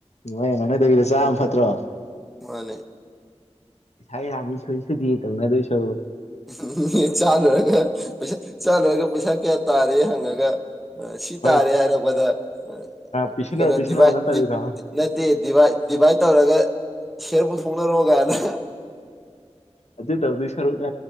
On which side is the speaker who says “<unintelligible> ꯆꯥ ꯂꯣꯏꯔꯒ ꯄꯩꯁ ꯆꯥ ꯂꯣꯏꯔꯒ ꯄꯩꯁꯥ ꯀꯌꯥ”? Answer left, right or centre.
Centre